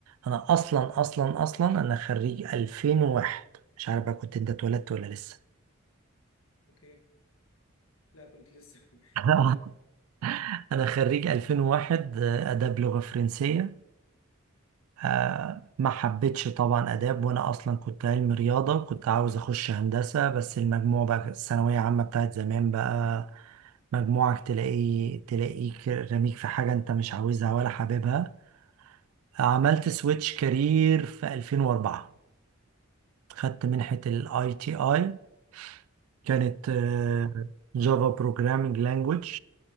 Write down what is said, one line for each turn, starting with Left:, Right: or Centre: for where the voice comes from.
Right: انا اصلا اصلا اصلا انا خريج 2001 مش عارف بقى كنت انت اتولدت ولا لسه
Left: أوكي لا كنت لسه <laughs>
Right: <laughs>
Left: آه
Right: انا خريج 2001 آه، اداب لغة فرنسية آه، ما حبيتش طبعا اداب وانا اصلا كنت علم رياضة كنت عاوز اخش هندسة بس المجموع بقى الثانوية عامة بتاعت زمان بقى مجموعك تلاقي تلاقيك رميك في حاجة انت مش عاوزها ولا حاببها عملت سويتش كارير في 2004 خدت منحة الاي تي اي كانت
Left: أوكي
Right: جافا بروجرامينج لانجويج